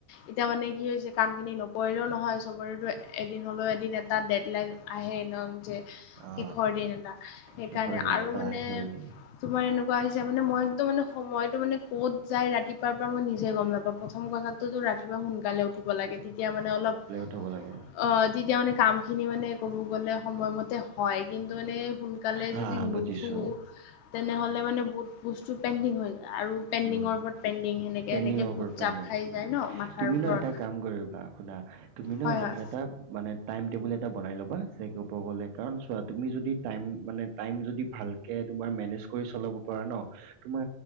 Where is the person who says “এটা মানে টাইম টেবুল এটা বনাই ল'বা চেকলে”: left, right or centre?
Right